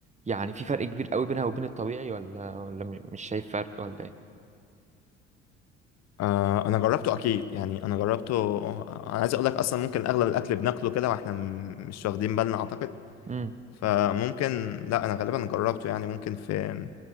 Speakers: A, on the right; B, on the left.
A: يعني في فرق كبير قوي بينها وبين الطبيعي ولا ولا م- مش شايف فرق ولا ايه
B: آه، أنا جربته أكيد يعني أنا جربته آه، أنا عايز أقول لك أصلا ممكن أغلب الأكل بناكله كده وإحنا م- مش واخدين بالنا أعتقد
A: امم
B: فممكن لا أنا غالبا جربته يعني ممكن في